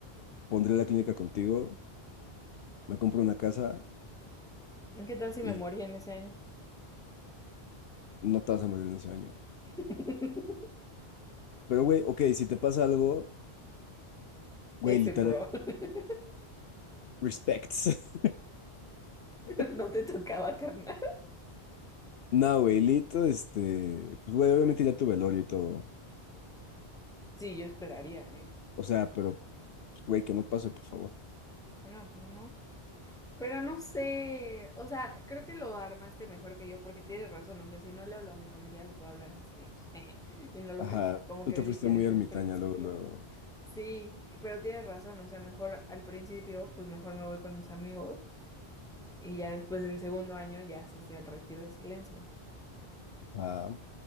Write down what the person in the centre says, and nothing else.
¿Qué tal si
me moría en ese año?
<laughs>
F,
bro. <laughs>
No te tocaba, carnal.
Sí, yo esperaría, ¿eh?
No, pues no. Pero no sé, o sea, creo que lo armaste mejor que yo porque tienes razón, o sea, si no le hablo a mi familia, le puedo hablar a mis amigos. <laughs> Jeje. Y no lo
pensé, como
que
dije
desde
el principio,
sí, pero tienes razón, o sea, mejor al principio, pues mejor me voy con mis amigos Y ya después del segundo año ya cesé el retiro de silencio.